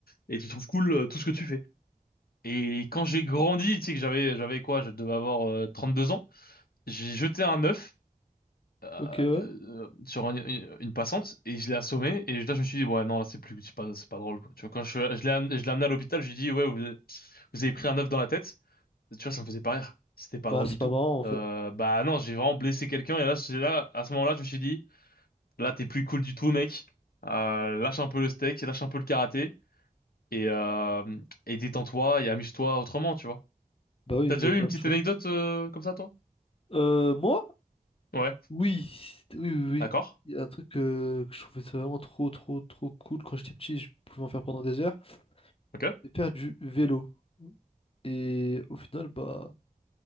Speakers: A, on the left; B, on the left.
A: et tu trouves cool euh, tout ce que tu fais. Et quand j'ai grandi, tu sais que j'avais j'avais quoi, je devais avoir euh, 32 ans, j'ai jeté un œuf euh,
B: Ok, ouais.
A: euh, sur un- une, une passante et je l'ai assommé et là je me suis dit ouais non là c'est plus c'est pas c'est pas drôle quoi. Tu vois quand je, je l'ai am- je l'ai amené à l'hôpital, je lui ai dit ouais vous, avez vous avez pris un œuf dans la tête. Tu vois ça me faisait pas rire. C'était pas
B: Bah,
A: drôle
B: c'est
A: du tout.
B: pas marrant en fait.
A: Euh, bah non, j'ai vraiment blessé quelqu'un et là c'est là à ce moment-là, je me suis dit là t'es plus cool du tout mec. Euh, lâche un peu le steak, lâche un peu le karaté et euh, et détends-toi et amuse-toi autrement, tu vois.
B: Bah oui,
A: T'as
B: il
A: déjà
B: y a
A: eu
B: plein
A: une petite
B: de choses.
A: anecdote euh, comme ça toi?
B: Euh, moi?
A: Ouais,
B: Oui, oui, oui, oui.
A: d'accord.
B: Il y a un truc euh, que je trouvais ça vraiment trop, trop, trop cool quand j'étais petit, je pouvais en faire pendant des heures.
A: OK.
B: C'est faire du vélo. Et au final, bah,